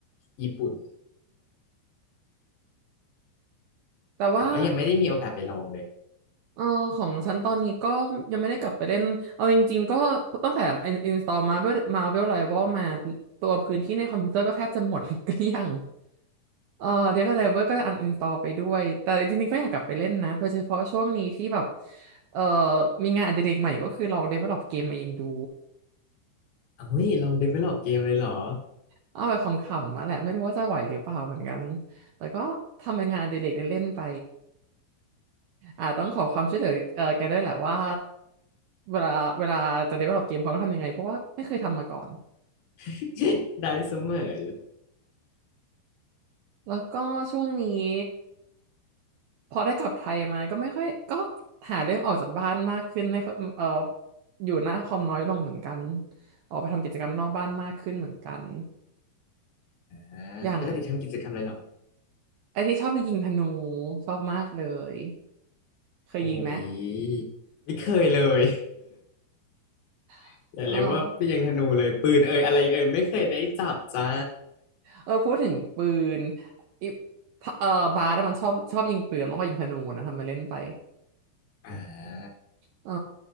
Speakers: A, on the left; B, on the right.
A: ญี่ปุ่น
B: แต่ว่า
A: แต่ว่ายังไม่ได้มีโอกาสไปลองเลย
B: เออของฉันตอนนี้ก็ยังไม่ได้กลับไปเล่นเอาจริงๆก็ตั้งแต่อินสตอลมาเวลมาเวลไรวอลมาตัวพื้นที่ในคอมพิวเตอร์ก็แทบจะหมด <laughs> เกลี้ยงเออเดฟไดเวอร์ก็ได้อันอินสตอลไปด้วยแต่จริงๆก็อยากกลับไปเล่นนะโดยเฉพาะช่วงนี้ที่แบบเออมีงานอดิเรกใหม่ก็คือลอง develop เวลลอปเกมเองดู
A: เอ้ยลอง develop เกมเลยเหรอ
B: เอาแบบขำๆมาแหละไม่รู้ว่าจะไหวหรือเปล่าเหมือนกันแต่ก็ทำเป็นงานอดิเรกเล่นๆไปอ่าต้องขอความช่วยเหลือเออแกด้วยแหละว่าเวลาเวลาจะ develop เกมเขาต้องทำยังไงเพราะว่าไม่เคยทำมาก่อน
A: <laughs> ได้เสมอเลย
B: แล้วก็ช่วงนี้พอได้กลับไทยมาก็ไม่ค่อยก็หาเรื่องออกจากบ้านมากขึ้นไม่ค่อยเอออยู่หน้าคอมน้อยลงเหมือนกันออกไปทำกิจกรรมนอกบ้านมากขึ้นเหมือนกัน
A: นะปกติทำกิจกรรมอะไรเหรอ
B: อย่างไอ้ที่ชอบในะยิงธนูชอบมากเลยเคยยิงไหม
A: โอ้ยไม่เคยเลย <laughs>
B: <laughs>
A: อย่าเรียกว่าพี่ยังธนูเลยปืนเอ่ยอะไรเอ่ยไม่เคยได้จับจ้า
B: เออ <laughs> เออพูดถึงปืนอิเออบาสอะมันชอบชอบยิงปืนแล้วก็ยิงธนูนะทำไมาเล่นไป
A: อ่า
B: เออ